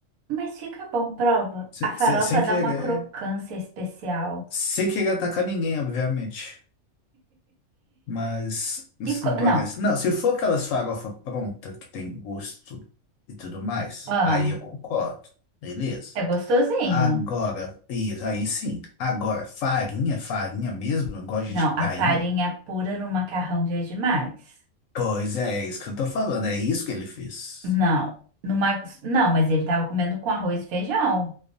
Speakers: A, on the right; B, on the left.
A: Mas fica bom, prova.
B: Se-
A: A farofa
B: se- sem
A: dá
B: querer,
A: uma crocância especial.
B: sem querer atacar ninguém, obviamente. Mas isso
A: E co-
B: não parece.
A: Não.
B: Não, se for aquelas farofa pronta que tem gosto e tudo mais,
A: Ah,
B: aí eu concordo. Beleza.
A: é gostosinho.
B: Agora, isso aí sim. Agora, farinha, farinha mesmo, igual a gente.
A: Não, a
B: Aí
A: farinha
B: não.
A: pura no macarrão já é demais.
B: Pois é, é isso que eu tô falando, é isso que ele fez.
A: Não, no Max, não, mas ele tava comendo com arroz e feijão.